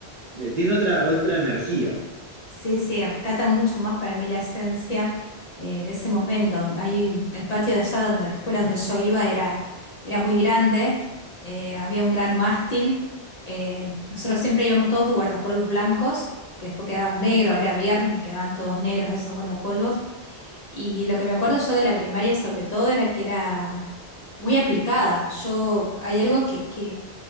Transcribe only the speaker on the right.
eh, tienen otra, otra energía.